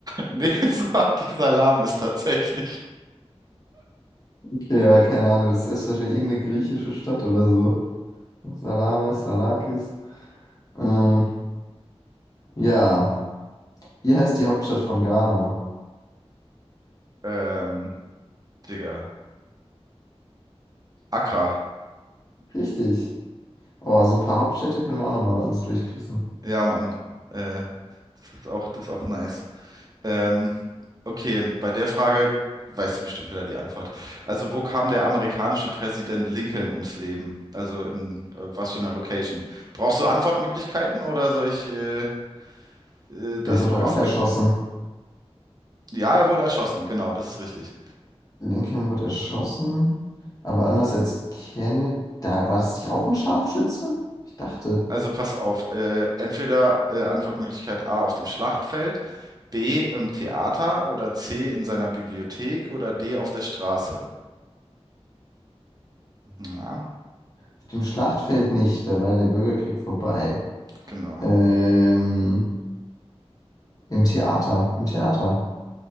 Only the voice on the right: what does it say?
Nee, <laughs> es war die Salamis tatsächlich.
Ähm, Digga, Accra.
Ja, Mann. Äh, das ist auch, das ist auch nice. Ähm, okay, bei der Frage weißt du bestimmt wieder die Antwort. Also, wo kam der amerikanische Präsident Lincoln ums Leben? Also in äh, was für einer Location? Brauchst du Antwortmöglichkeiten oder soll ich äh, äh, das
sogar
skippen?
Ja, er wurde erschossen, genau, das ist richtig.
Also pass auf, äh, entweder äh, Antwortmöglichkeit A auf dem Schlachtfeld, B im Theater oder C in seiner Bibliothek oder D auf der Straße. Ja,
genau.